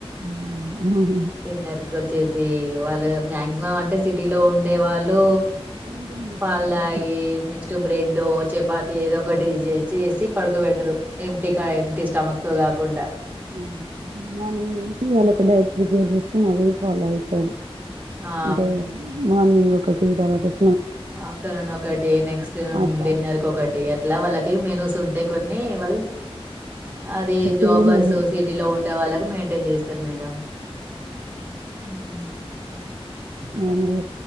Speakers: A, on the right; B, on the right.
A: ఆ, అవును
B: డిన్నర్ కోచ్చేసి ధీ వాళ్ళు మాక్సిమం అంటే సిటీలో ఉండే వాళ్ళు
A: మెయింటైన్ చేస్తారు
B: పాల్దగి
A: మంచిగా
B: నెక్స్ట్ బ్రెడ్డో చపాతి ఏదో ఒకటి జే చేసి పడుకో బెడ్తరు ఎంప్టీ క ఎంప్టీ స్టమక్ తో కాకుండా
A: ఆ మార్నింగ్ నుంచి వాళ్ళోక డైట్ ప్రిపేర్ జేస్కొని అదే ఫాలో అయితారు
B: ఆ
A: అంటే మార్నింగ్ క ట్టి జాలగోయ్
B: ఆఫ్టర్నూన్ ఒకటి నెక్స్ట్ మ్మ్
A: అట్లా
B: డిన్నర్ కొకటి అట్లా వాళ్ళకి మెనూస్ ఉంటాయ్ కొ నీ వల్స్ అది జాబర్సూ
A: సేమ్ అదే
B: సిటీలో ఉండేవాళ్ళకు మెయింటైన్ జెస్ తిన్మేడం మ్మ్
A: మామూలుగా